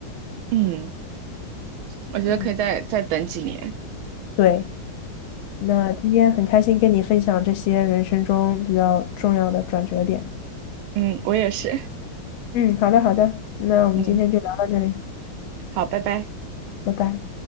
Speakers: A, on the right; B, on the left.
A: 嗯。我觉得可以再再等几年。
B: 嗯，对，那今天很开心跟你分享这些人生中比较重要的转折点。
A: 嗯，我也是。
B: 嗯，好的好的，那我们今天就聊到这里，
A: 嗯，好，拜拜。
B: 拜拜。